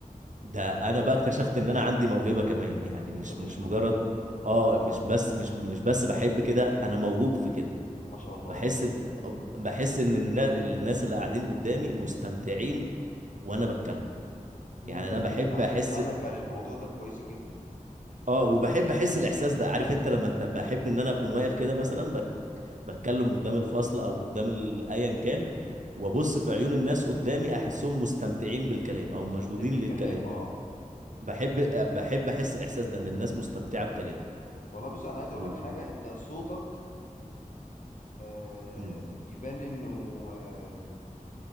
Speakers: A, on the right (about 60°); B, on the left (about 65°).
A: ده انا بقى اكتشفت ان انا عندي موهبة كمان يعني
B: ان
A: مش
B: انت تشرح
A: مش مجرد ب- اه مش بس مش مش بس بحب كده انا موهوب في كده
B: ما شاء الله
A: بحس
B: اه
A: إن- بحس ان النا- الناس اللي قاعدين قدامي مستمتعين وانا بتكلم
B: امم
A: يعني انا بحب
B: عندك عندك
A: احس
B: ملكة للموضوع ده كويسة جدا
A: اه وبحب احس الاحساس ده عارف انت لما ت- بحب ان انا اكون واقف كده مثلا بتكلم قدام الفصل او قدام ال- ايا كان وابص في عيون الناس قدامي احسهم مستمتعين بالكلام او مشدودين
B: مستمتعين بالكلام
A: للكلام
B: اه
A: بحب بحب احس الاحساس ده ان الناس مستمتعه بكلامي
B: والله بص انا عايز اقول
A: و...
B: لك حاجه انت صوتك آه
A: مم.
B: يبان انه آه